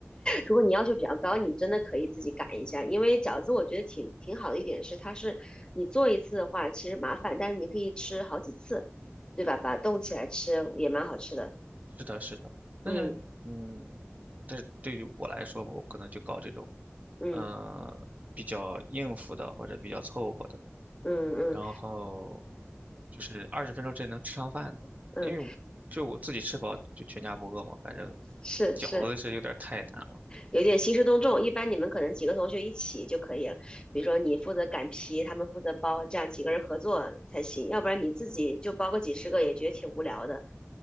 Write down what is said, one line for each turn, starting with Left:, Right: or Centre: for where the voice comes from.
Left: 如果你要求比较高，你真的可以自己擀一下，因为饺子我觉得挺挺好的一点是，它是你做一次的话其实麻烦，但是你可以吃好几次，对吧？把它冻起来吃也蛮好吃的。
Right: 是的，是的，但是嗯，
Left: 嗯
Right: 但是对于我来说，我可能就搞这种，
Left: 嗯
Right: 呃，比较应付的或者比较凑合的。
Left: 嗯嗯
Right: 然后就是二十分钟之内能吃上饭的，
Left: 嗯，
Right: 因为就我自己吃饱就全家不饿嘛，反正
Left: 是是，
Right: 饺子是有点太难了。
Left: 有点兴师动众。一般你们可能几个同学一起就可以了，比如说你负责擀皮，他们负责包，这样几个人合作才行，要不然你自己就包个几十个也觉得挺无聊的，